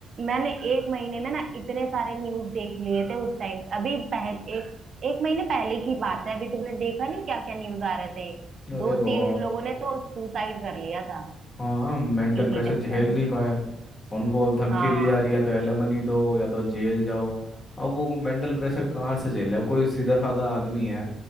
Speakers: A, on the right; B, on the left.
A: मैंने एक महीने में ना इतने सारे न्यूज देख लिए थे उस टाइम अभी पहले एक एक महीने पहले की बात है अभी तुमने देखा नहीं क्या क्या न्यूज आ रहे थे
B: अरे
A: दो
B: बो
A: तीन लोगों ने तो सुसाइड कर लिया था
B: हाँ मेंटल
A: इसी
B: प्रेशर
A: चक्कर
B: झेल नहीं
A: में
B: पाए उनको अब धमकी
A: हाँ
B: दी जा रही है या तो एलिमनी दो या तो जेल जाओ अब वो मेंटल प्रेशर कहाँ से झेले अब कोई सीधा साधा आदमी है